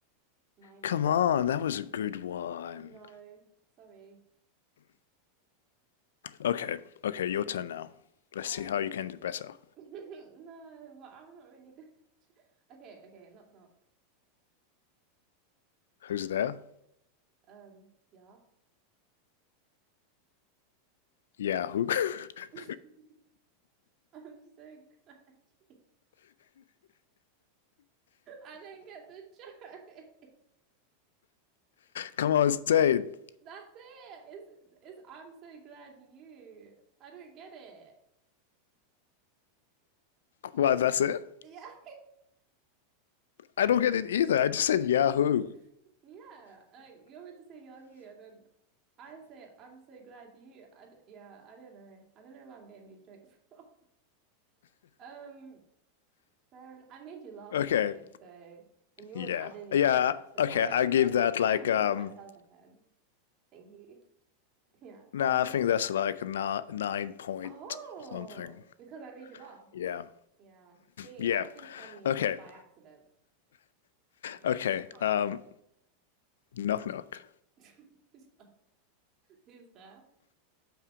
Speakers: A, on the right; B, on the left.
A: Minus
B: come on,
A: 20.
B: that was a good one.
A: No, sorry.
B: Okay, okay, your turn now. Let's
A: Um,
B: see how you can do better.
A: <laughs> no, but I'm not really good. <laughs> Okay, okay, knock knock.
B: Who's there?
A: Um, yeah.
B: Yeah, who? <laughs>
A: <laughs> I'm so glad. you. I don't get the joke.
B: Come on, say it.
A: <laughs> That's it. It's, it's I'm so glad you. I don't get it.
B: What, that's it?
A: Yeah.
B: I don't get it either.
A: <laughs>
B: I just
A: I
B: said
A: just,
B: Yahoo.
A: yeah, like you're meant to say Yahoo, and then I say I'm so glad you. I d yeah, I don't know. I don't know where I'm getting these jokes <laughs> from. Um, Baron, I made you laugh
B: Okay.
A: though, so and yours
B: Yeah.
A: I didn't even
B: Yeah.
A: laugh, so
B: Okay.
A: I get
B: I
A: a ten.
B: give that like
A: I'm giving
B: um
A: myself a ten. Thank you. <laughs> Yeah.
B: no,
A: Um.
B: nah, I think that's like a ni- nine point
A: Oh,
B: something.
A: because I made you laugh.
B: Yeah.
A: Yeah. See,
B: Yeah.
A: I can be funny
B: Okay.
A: by accident. You
B: Okay.
A: just can't
B: Um
A: do it.
B: knock knock.
A: <laughs> Who's there?